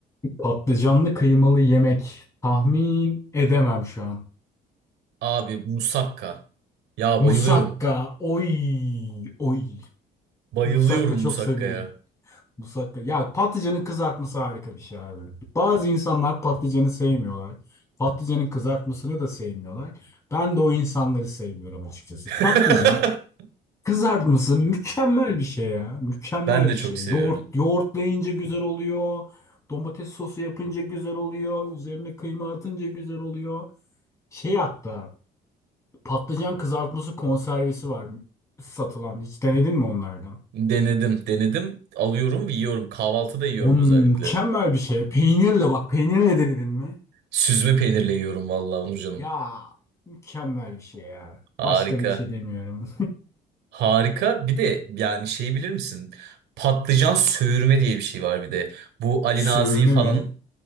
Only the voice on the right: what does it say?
Abi musakka. Ya bayılıyorum.
Bayılıyorum
musakkaya.
<laughs>
Ben de
çok
seviyorum.
Denedim, denedim. Alıyorum ve yiyorum. Kahvaltıda yiyorum
özellikle.
Süzme peynirle yiyorum vallahi Onurcanım.
Harika.
Harika. Bir de yani şey bilir misin? Patlıcan söğürme diye bir şey var bir de. Bu Ali
Nazik falan